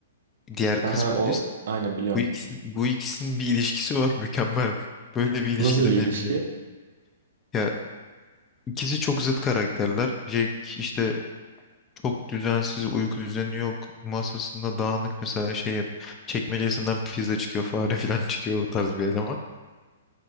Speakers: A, on the left; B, on the right.
A: Diğer
B: Haha
A: kız polis.
B: o aynen biliyorum.
A: Bu ikisi, bu ikisinin bir ilişkisi var mükemmel. Böyle bir ilişki
B: Nasıl
A: deneyimi
B: bir ilişki?
A: yok. Ya ikisi çok zıt karakterler. Jack işte çok düzensiz, uyku düzeni yok. Masasında dağınık mesela şey yap- çekmecesinden pizza çıkıyor, fare falan çıkıyor o tarz bir eleman.